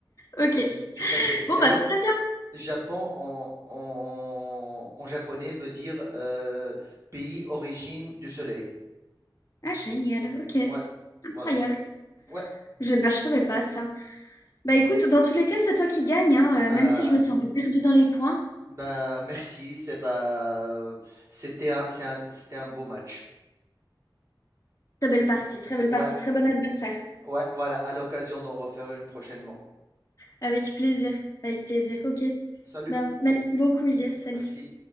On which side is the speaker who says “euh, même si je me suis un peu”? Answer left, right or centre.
Left